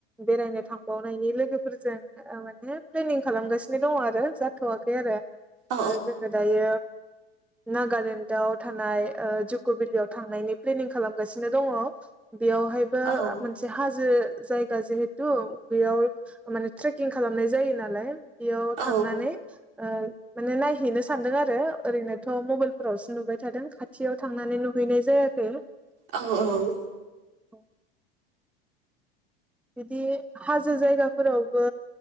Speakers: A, in the centre; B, on the right.
A: बेरायनो थांबावनायनि लोगोफोरजों ओ-माने प्लेनिं खालामगासिनो दङ आरो जाथवाखै आरो। ओ-
B: औ
A: जोङो दायो। नागालेण्डआव थानाय ओ- जुग बकभेलियाव थांनायनि प्लेनिं खालामगासिनो दङ। बेयावहायबो
B: औ
A: मोनसे हाजो। जायगा जिहेथु बेयाव माने ट्रेकिं खालामनाय जायो नालाय बेयाव
B: औ
A: थांनानै ओ माने नायहैनो सानदों आरो ओरैनोथ मबाइलफोरावसो नुबाय थादों खाथियाव थांनानै नुहैनाय जायाखै
B: औ औ
A: औ बिदि हाजो जायगा फोरावबो